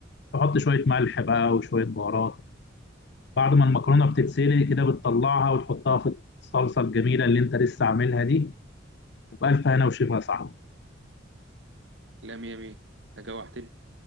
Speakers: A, on the left; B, on the right.
A: تحط شوية ملح بقى وشوية بهارات بعد ما المكرونة بتتسلق كده بتطلعها وتحطها في الصلصة الجميلة اللي انت لسه عاملها دي وبألف هنا وشفا صعب
B: لا مية مية انت جوعتني